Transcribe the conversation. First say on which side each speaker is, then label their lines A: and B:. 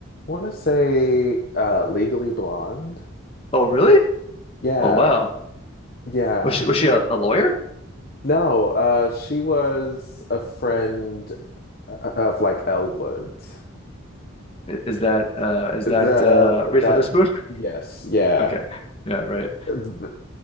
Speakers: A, on the left; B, on the left.
A: want to say, uh, Legally Blonde.
B: Oh, really?
A: Yeah,
B: Oh, wow.
A: yeah.
B: Was she was she a, a lawyer?
A: No, uh, she was a friend uh, uh, of like Elwood.
B: I- Is that uh is
A: The
B: that uh Reese
A: that
B: Witherspoon? <laughs>
A: yes, yeah.
B: Okay, yeah, right.
A: Th-